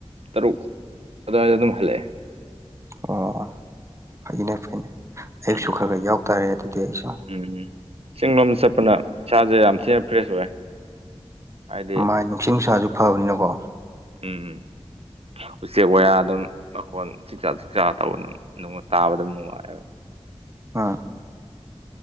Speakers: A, on the right; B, on the right.
A: ꯇꯔꯨꯛ ꯑꯗꯨꯋꯥꯏꯗ ꯑꯗꯨꯝ ꯍꯜꯂꯛꯑꯦ
B: ꯑꯣ ꯐꯩꯅꯦ ꯐꯩꯅꯦ ꯑꯩꯁꯨ
A: ꯎꯝ
B: ꯈꯔ ꯈꯔ ꯌꯥꯎꯇꯥꯔꯦ ꯑꯗꯨꯗꯤ ꯑꯩꯁꯨ
A: ꯎꯝ ꯆꯤꯡ ꯂꯣꯝꯗ ꯆꯠꯄꯅ ꯏꯁꯥꯁꯦ ꯌꯥꯝ ꯊꯤꯅ ꯐ꯭ꯔꯦꯁ ꯑꯣꯏ ꯍꯥꯏꯗꯤ
B: ꯃꯥꯏ ꯅꯨꯡꯁꯤ ꯅꯨꯡꯁꯥꯁꯨ ꯐꯕꯅꯤꯅꯀꯣ
A: ꯎꯝ ꯎꯝ ꯎꯆꯦꯛ ꯋꯥꯌꯥ ꯑꯗꯨꯝ ꯃꯈꯣꯟ ꯆꯤꯛꯖꯥꯛ ꯆꯥꯛꯆꯥꯥ ꯇꯧꯕ ꯑꯗꯨꯝ ꯇꯥꯕ ꯑꯗꯨꯝ ꯅꯨꯡꯉꯥꯏꯕ
B: ꯑꯥ